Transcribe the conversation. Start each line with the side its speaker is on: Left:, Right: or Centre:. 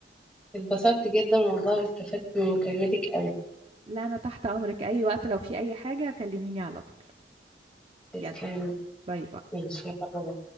Centre: اتبسطت جدا والله واستفدت من مكالمتك أوي
Right: لا أنا تحت أمرك أي وقت لو في أي حاجة كلميني على طول
Centre: تسلمي
Right: يلا باي باي
Centre: ماشي يلا باي.